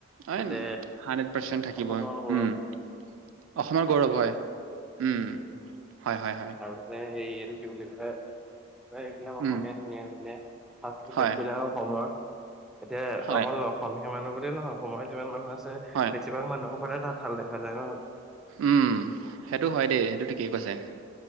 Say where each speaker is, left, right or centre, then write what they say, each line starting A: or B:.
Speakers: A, on the right; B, in the centre.
A: হয়
B: তাতে
A: প্ৰেচেনত থাকিবই,
B: অসমৰ গৌৰৱ
A: উম্, অসমৰ গৌৰৱ হয়, উম্ উম্।
B: উম
A: হয় হয় হয়।
B: আৰু যে হেৰি, এইটো কি বুলি কয় এইবিলাক অসমীয়া
A: উম
B: ধুনীয়া ধুনীয়া সাজ-পোচাক
A: হয়
B: বিলাক অসমৰ। এতিয়া
A: হয়
B: অকল অসমীয়া মানুহ বুলিয়েই নহয়, অসমৰে যিমান মানুহ আছে
A: হয়
B: বেছিভাগ মানুহৰ ঘৰতে তাঁতশাল দেখা যায় ন'।
A: উম্, সেইটো হয় দেই, সেইটো ঠিকেই কৈছে।